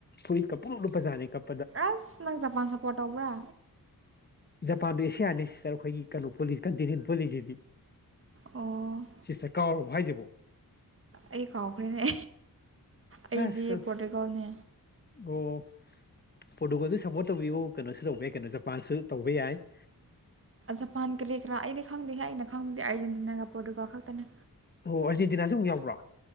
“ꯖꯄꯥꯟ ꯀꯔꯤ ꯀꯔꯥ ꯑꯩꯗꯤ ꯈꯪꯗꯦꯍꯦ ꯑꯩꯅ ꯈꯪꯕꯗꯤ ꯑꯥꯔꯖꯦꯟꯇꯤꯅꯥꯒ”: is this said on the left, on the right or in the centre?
Right